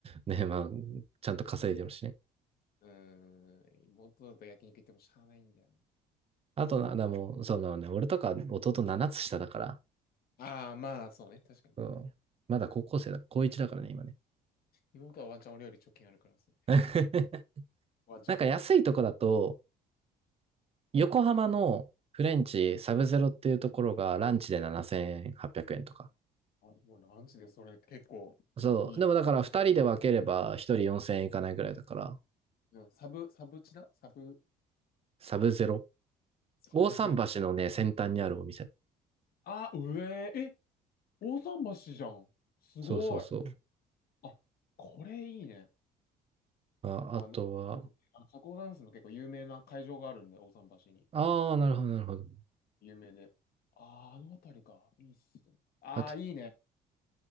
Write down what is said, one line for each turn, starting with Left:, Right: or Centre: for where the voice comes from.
Right: ね、まあちゃんと稼いでるしね。
Left: はい。うーん。リモートだと焼肉行ってもしゃあないんだよ
Right: あとな、でも、そうだね、俺とか弟7つ下だから、
Left: な。ああ、まあ、そうね。確かに。
Right: うん、まだ高校生だ、高1だからね、今ね。
Left: 妹はワンチャン俺より貯金あるからそう。
Right: <laughs>
Left: ワンチャン。
Right: なんか安いとこだと、横浜のフレンチサブゼロっていうところがランチで7800円とか。
Left: あ、でもランチでそれ結構いい。
Right: そう。でもだから2人で分ければ1人4000円いかないぐらいだから、
Left: うん、サブ、サブチだサブ、
Right: サブゼロ。
Left: サブゼロ。
Right: 大桟橋のね、先端にあるお店。
Left: あ、上、え、大桟橋じゃん。すごい。
Right: そうそうそう。
Left: あ、これいいね。
Right: あ、
Left: あの、
Right: あとは、
Left: あ社交ダンスの結構有名な会場があるんで、大桟橋に。
Right: ああ、
Left: そうそうそう
Right: なるほど、なるほど。
Left: 有名で。ああ、あの辺りか。いいっすよ。ああ、
Right: あと、
Left: いいね。